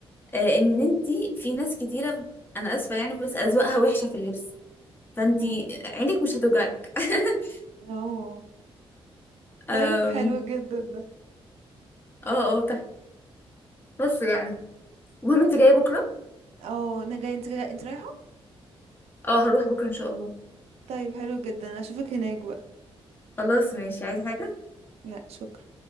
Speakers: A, on the left; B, on the right.
A: آه ان انت في ناس كتيرة انا اسفة يعني بس اذواقها وحشة في اللبس فانت
B: مم.
A: عينك مش هتوجعك <laughs>
B: اه طيب
A: آم،
B: حلو جدا ده
A: اه اه بس يعني المهم انت جايه بكره
B: اه انا جاي انت جاي انت رايحة
A: اه هروح بكره ان شاء الله
B: طيب حلو جدا اشوفك هناك بقى
A: خلاص ماشي عايزه حاجه
B: لا شكرا